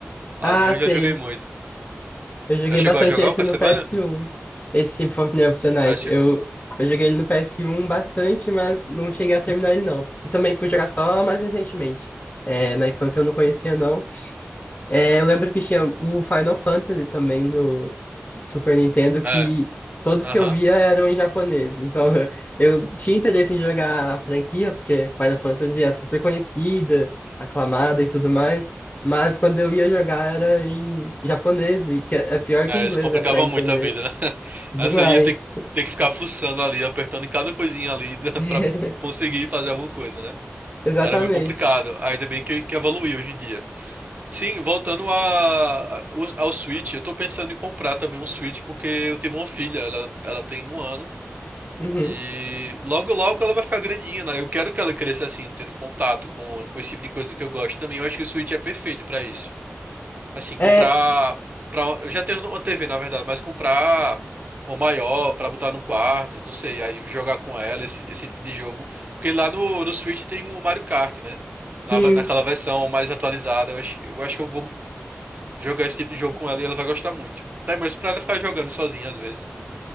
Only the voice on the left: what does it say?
ah,
sei.
Eu joguei
bastante
esse
no PS1. Esse Symphony of the Night.
Eu, eu joguei ele no PS1 bastante, mas não cheguei a terminar ele, não. E também fui jogar só mais recentemente. É, na infância eu não conhecia, não. É, eu lembro que tinha um Final Fantasy também no Super Nintendo que
todos
que eu via eram em japonês. Então <laughs> eu tinha interesse em jogar a franquia, porque Final Fantasy é super conhecida, aclamada e tudo mais. Mas quando eu ia jogar era em japonês, e que é é pior
que inglês,
né, pra entender.
Demais.
<laughs>
Exatamente.
Uhum.
É,
sim.